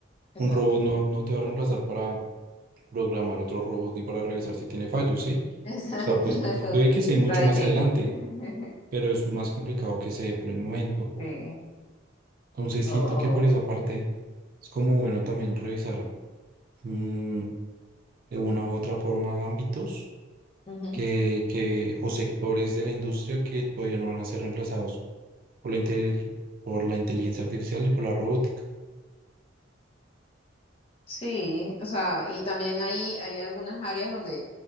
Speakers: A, on the left; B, on the right.
A: exacto.
B: un robot no, no te va a reemplazar para programar otro robot y para revisar si tiene fallos, ¿sí?
A: Exacto,
B: O sea, pues
A: <laughs>
B: pu-
A: eso
B: puede que se dé
A: está
B: mucho
A: difícil.
B: más adelante,
A: <laughs>
B: pero es más complicado que se dé por el momento.
A: Sí,
B: Entonces
A: o,
B: siento
A: o-
B: que por esa parte es como bueno también revisar mm, de una u otra forma ámbitos
A: ujú.
B: que, que, o sectores de la industria que todavía no van a ser reemplazados por la, intel- por la inteligencia artificial y por la robótica.
A: Sí, o sea, y también hay, hay algunas áreas donde